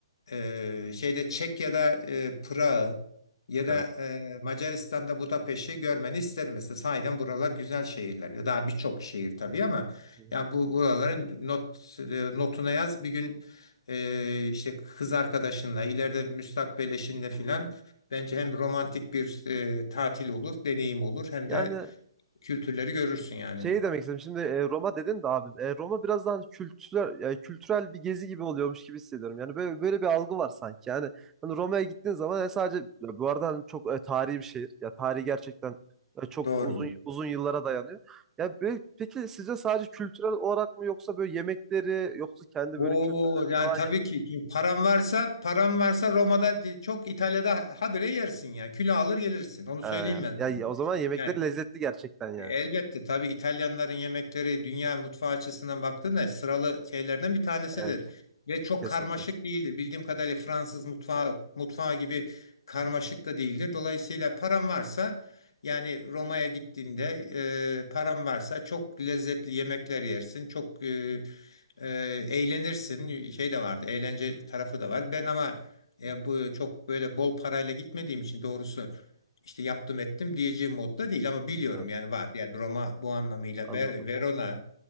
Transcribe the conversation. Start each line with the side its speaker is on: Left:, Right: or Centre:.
Left: ee, şeyde Çekya'da e, Prag'ı ya da
Right: Evet.
Left: e, Macaristan'da Budapeş'i görmeni isterim mesela. Sahiden buralar güzel şehirler. Ya daha birçok şehir tabii ama
Right: Hı hı.
Left: ya bu buraların not e, notuna yaz. Bir gün e, işte kız arkadaşınla ileride müstakbel eşinle
Right: Hı
Left: filan bence hem romantik bir e, tatil olur, deneyim olur hem
Right: Yani
Left: de kültürleri görürsün yani.
Right: şey demek istedim. Şimdi e, Roma dedin de abi. e, Roma biraz daha hani kültürel yani kültürel bir gezi gibi oluyormuş gibi hissediyorum. Yani böyle böyle bir algı var sanki. Yani hani Roma'ya gittiğin zaman e, sadece ya bu arada hani çok e, tarihi bir şehir. Ya tarihi gerçekten e, çok
Left: Doğru.
Right: uzun uzun yıllara dayanıyor. Ya böyle, peki sizce sadece kültürel olarak mı yoksa böyle yemekleri yoksa kendi
Left: Oo
Right: böyle kültürleri
Left: yani
Right: falan
Left: tabii
Right: yani
Left: ki Şimdi param varsa param varsa Roma'da çok İtalya'da habire yersin ya. Kilo alır gelirsin. Onu söyleyeyim
Right: Ee,
Left: ben
Right: ya
Left: sana.
Right: ya o zaman yemekleri
Left: Yani.
Right: lezzetli gerçekten yani.
Left: E, Elbette tabii İtalyanların yemekleri dünya mutfağı açısından baktığında sıralı şeylerden bir tanesidir.
Right: Evet.
Left: Ve çok
Right: Kesinlikle.
Left: karmaşık değildir. Bildiğim kadarıyla Fransız mutfağı, mutfağı gibi karmaşık da değildir. Dolayısıyla param varsa yani Roma'ya gittiğinde e, param varsa çok lezzetli yemekler yersin. Çok e, e, eğlenirsin. Şey de vardı eğlence tarafı da var. Ben ama e,
Right: Hı,
Left: bu çok böyle bol parayla gitmediğim için doğrusu işte yaptım ettim diyeceğim modda değil
Right: hı.
Left: ama biliyorum
Right: Evet,
Left: yani var. Yani Roma bu anlamıyla
Right: anladım.
Left: Ver- Verona,